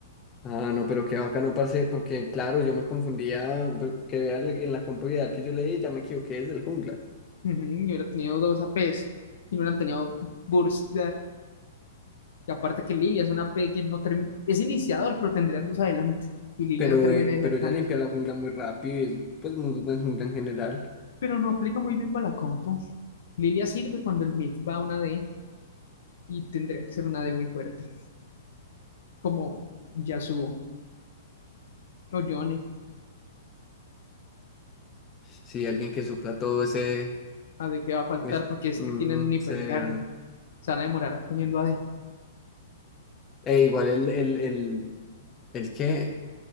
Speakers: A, on the left; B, on the left.
A: Ah, no, pero qué bacano, parce, porque claro, yo me confundía, pero que vea en la compu ideal que yo leí, ya me equivoqué desde el jungla.
B: Ujú, Yo hubiera tenido dos APs y no hubieran tenido burst Y aparte que Lilia es una P que no termina, es iniciador, pero tendrían dos adelante. Y Lilia
A: Pero,
B: no termina
A: eh,
B: de ser
A: pero
B: tanque.
A: ya limpia la jungla muy rápido y es pues muy buen jungla en general.
B: Pero no aplica muy bien para la compo. Lilia sirve cuando el mid va a una D y tendría que ser una D muy fuerte. Como Yasuo o Yone.
A: Sí, alguien que supla todo ese...
B: A D que va a faltar
A: es-
B: porque es
A: ujú,
B: que tienen un hipercarry.
A: se-
B: Se van a demorar cogiendo A d
A: e igual el, el, el, el que...